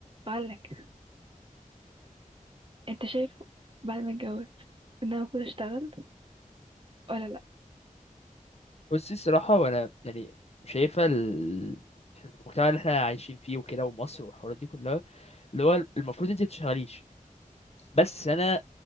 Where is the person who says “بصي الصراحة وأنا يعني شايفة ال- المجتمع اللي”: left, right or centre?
Left